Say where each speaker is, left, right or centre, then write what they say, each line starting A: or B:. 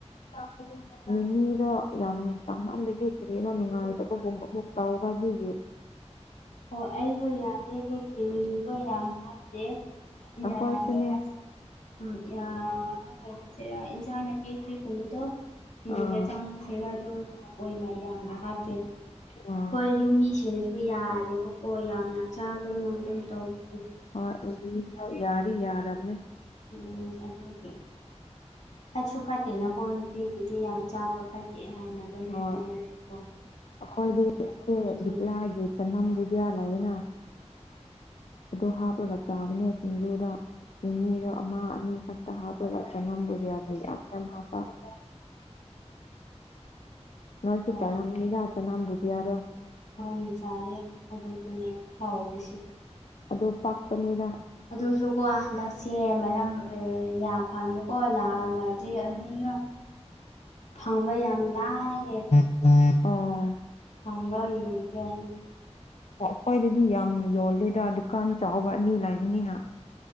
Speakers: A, on the left (about 65°); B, on the left (about 85°).
A: <unintelligible> ꯃꯤꯃꯤꯗꯣ ꯌꯥꯝ ꯆꯃꯜꯂꯗꯤ ꯀꯔꯤꯅꯣ ꯅꯨꯡꯉꯥꯏꯇꯕꯒꯨꯝꯕ ꯑꯃꯨꯛ ꯇꯧꯕ ꯑꯗꯨꯒꯤ
B: ꯑꯣ ꯑꯩꯗꯣ ꯌꯥꯗꯦ ꯑꯗꯨꯒꯤ ꯃꯤꯃꯤꯗꯣ ꯌꯥꯝ ꯍꯥꯞꯇꯦ <unintelligible>
A: ꯑꯩꯈꯣꯏꯁꯨꯅꯦ
B: ꯀꯩ ꯍꯥꯏꯁ__ ꯎꯝ ꯌꯥ ꯀꯩ ꯍꯥꯏꯁꯤꯔꯥ ꯏꯟꯁꯥꯡ ꯅꯥꯄꯤ ꯍꯩ ꯒꯨꯝꯕꯗꯣ ꯁꯤꯡꯖꯨꯗ
A: ꯑꯥ
B: ꯆꯪꯕꯁꯤꯡꯗꯣ ꯑꯗꯨꯅ ꯑꯣꯏꯅ ꯌꯥꯝꯅ ꯍꯥꯞꯇꯣꯏꯅꯦ
A: <unintelligible>
B: ꯑꯩ ꯌꯨꯝ ꯃꯤꯁꯤꯡꯅꯁꯨ ꯌꯥꯗꯦꯕꯀꯣ ꯌꯥꯝꯅ ꯆꯥꯒꯅꯨ ꯑꯗꯨꯝ ꯇꯧꯕ
A: ꯑ ꯏ ꯌꯥꯔ ꯌꯥꯔꯕꯅꯦ
B: ꯎꯝ ꯑꯗꯨꯀꯦ ꯐꯠꯁꯨ ꯐꯠꯇꯦꯅꯀꯣ ꯅꯨꯄꯤꯒꯤꯗꯤ ꯌꯥꯝ ꯆꯥꯕ ꯐꯛꯦ ꯍꯥꯏꯅ ꯑꯗꯨꯝ
A: ꯍꯣꯏ
B: ꯍꯥꯏꯅꯩꯌꯦꯕꯀꯣ
A: ꯑꯩꯈꯣꯏꯗꯤ ꯁꯦ
B: ꯑꯗꯨꯒꯤ
A: ꯂꯤꯛꯂꯛꯑꯒꯦ ꯆꯅꯝꯕꯨꯗꯤꯌꯥꯂꯑꯦꯅ ꯑꯗꯨꯗ ꯍꯥꯞꯄꯒ ꯆꯥꯕꯅꯦ ꯁꯤꯡꯖꯨꯗ ꯅꯤꯗꯣ ꯑꯃ ꯑꯅꯤ ꯈꯛꯇ ꯍꯥꯞꯄꯒ ꯆꯅꯝꯕꯨꯗꯤ ꯌꯥꯗ ꯌꯥꯝ ꯌꯥꯝ ꯍꯥꯞꯄ ꯅꯔꯁꯨ
B: ꯍꯣꯏ
A: ꯆꯥꯔꯥ ꯃꯤꯔꯥ ꯆ ꯅꯝꯕꯨꯗꯤ ꯌꯥꯔꯣ
B: ꯍꯥꯎꯅ ꯆꯥꯏꯌꯦ ꯑꯗꯨꯗꯨꯅꯦ ꯍꯥꯎꯕꯁꯤꯗꯤ
A: ꯑꯗꯣ ꯄꯥꯛꯄꯅꯦꯗ
B: ꯑꯗꯨꯁꯨ ꯀꯣ ꯍꯟꯗꯛꯁꯦ ꯃꯔꯝ ꯌꯥꯝ ꯐꯪꯉꯦꯀꯣ ꯅꯥꯃꯗꯤ ꯑꯗꯨꯅ ꯐꯪꯕ ꯌꯥꯝ ꯂꯌꯦ
A: ꯑꯣ
B: ꯊꯥꯡꯝꯕꯜꯂꯨ ꯐ
A: ꯈ꯭ꯋꯥꯏꯗꯗꯤ ꯌꯥꯝ ꯌꯣꯜꯂꯦꯗ ꯗꯨꯀꯥꯟ ꯆꯥꯎꯕ ꯑꯅꯤ ꯂꯥꯏꯕꯅꯤꯅ